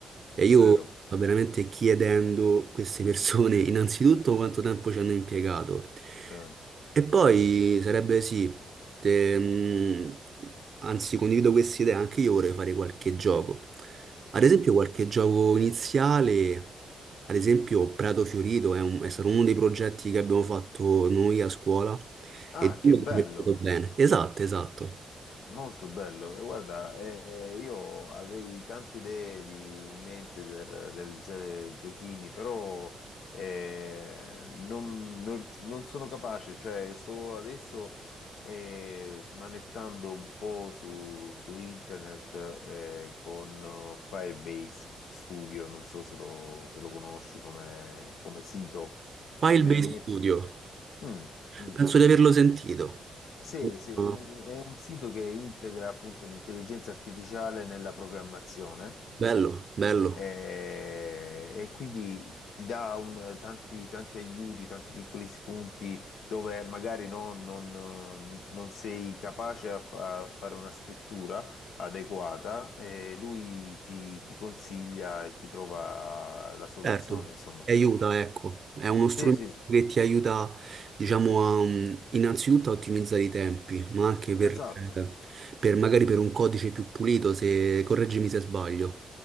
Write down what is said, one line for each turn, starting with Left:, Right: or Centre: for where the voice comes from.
Right: E io
Left: vero.
Right: sto veramente chiedendo a queste persone <laughs> innanzitutto quanto tempo ci hanno impiegato.
Left: Eh,
Right: E poi sarebbe sì, te- mh, anzi condivido questa idea, anche io vorrei fare qualche gioco. Ad esempio qualche gioco iniziale, ad esempio Prato Fiorito è, un- è stato uno dei progetti che abbiamo fatto noi a scuola
Left: Ah,
Right: e Dio
Left: che bello.
Right: che mi è venuto bene. Esatto, esatto.
Left: Molto bello, e guarda, eh, io avrei tante idee di- in mente per realizzare giochini, però eh, non, non- non sono capace, cioè sto adesso eh, smanettando un po' su, su internet eh, con eh, Firebase Studio, non so se lo, se lo conosci come, come sito che
Right: Firebase
Left: ti permette...
Right: Studio.
Left: Mm, mm.
Right: Penso di averlo sentito.
Left: Sì, sì,
Right: Ah,
Left: è un è un sito che integra appunto l'intelligenza artificiale nella programmazione
Right: Bello, bello.
Left: eh, e, quindi ti dà un- tanti, tanti aiuti, tanti piccoli spunti dove magari no, non, non sei capace a, fa- a fare una scrittura adeguata e lui ti, ti consiglia e ti trova la soluzione,
Right: Certo,
Left: insomma.
Right: ti aiuta, ecco. È uno strumento
Left: Sì, sì, sì,
Right: che ti aiuta, diciamo, a, mh, innanzitutto a ottimizzare i tempi, ma anche per,
Left: esatto.
Right: eh, per magari per un codice più pulito, se correggimi se sbaglio.